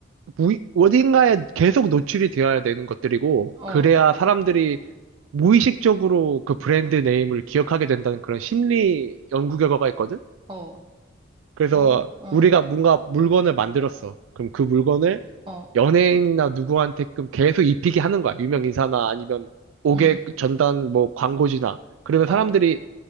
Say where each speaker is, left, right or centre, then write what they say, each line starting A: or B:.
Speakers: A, on the right; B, on the right.
A: 무의, 어딘가에 계속 노출이 되어야 되는 것들이고
B: 어,
A: 그래야 사람들이 무의식적으로 그 브랜드 네임을 기억하게 된다는 그런 심리 연구 결과가 있거든.
B: 어,
A: 그래서
B: 어, 어,
A: 우리가 뭔가 물건을 만들었어. 그럼 그 물건을
B: 어,
A: 연예인이나 누구한테끔 계속 입히게 하는 거야. 유명 인사나 아니면 옥외
B: 음,
A: 전단 뭐 광고지나. 그러면
B: 어,
A: 사람들이